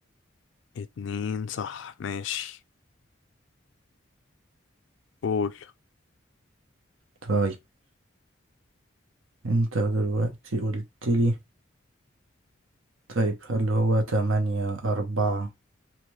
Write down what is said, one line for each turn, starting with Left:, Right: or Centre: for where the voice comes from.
Left: اتنين صح ماشي قول
Right: طيب انت دلوقتي قلتلي طيب هل هو تمانية أربعة